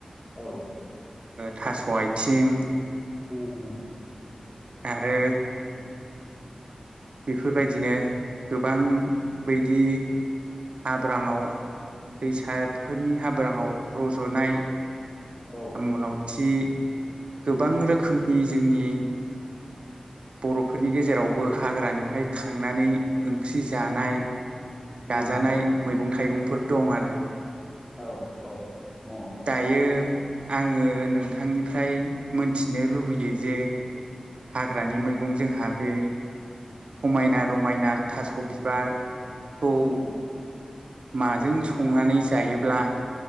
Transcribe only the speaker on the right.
थास' आथिं।
आरो बेफोर बायदिनो गोबां बायदि हाब्राङाव दैसाफोरनि हाब्राङाव रज'नाय
साम' लावथि गोबां
रोखोमनि जोंनि बर'फोरनि गेजेरावबो हाग्रानिफ्राय खांनानै ओंख्रि जानाय।
जाजानाय मैगं थाइगंफोर दं आरो
दायो आङो नोंथांनिफ्राय मोनथिनो लुबैयो जे हाग्रानि मैगं जोंहा बे समायना रमायना थास' बिबारखौ
माजों संनानै जायोब्ला